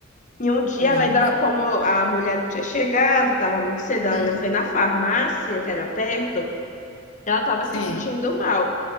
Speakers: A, on the left (about 40°); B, on the left (about 80°).
A: E um dia
B: Não,
A: ela ainda,
B: meu filho.
A: como a mulher não tinha chegado, estava muito cedo, ela
B: Hum,
A: ainda foi na farmácia, que era perto, ela estava
B: sim.
A: se sentindo mal.